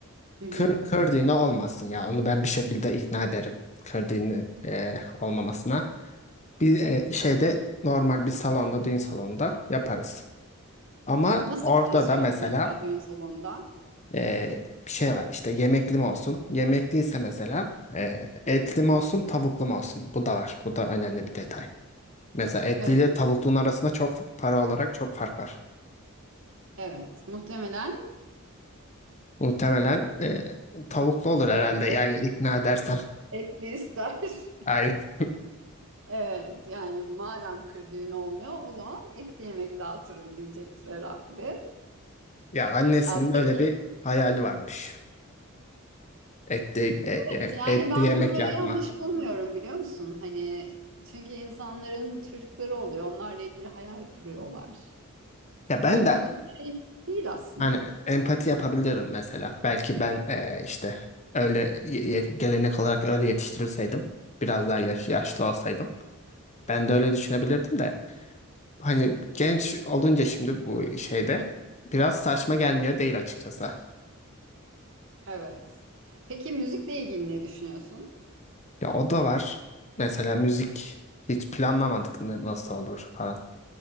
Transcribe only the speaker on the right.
Hı hı.
Nasıl
bir şey istiyorsun
mesela düğün salonunda?
Evet,
evet. Muhtemelen
kız
tarafı
etli ister. <laughs>
Evet, yani madem kır düğünü olmuyor o zaman etli yemek dağıtırım diyecektir herhalde.
Ya peki
evet, yani
ben
bunları
yanlış bulmuyorum biliyor musun? Hani çünkü insanların çocukları oluyor. Onlarla ilgili hayal kuruyorlar.
Bu
kötü bir şey değil aslında.
Evet. Peki müzikle ilgili ne düşünüyorsun?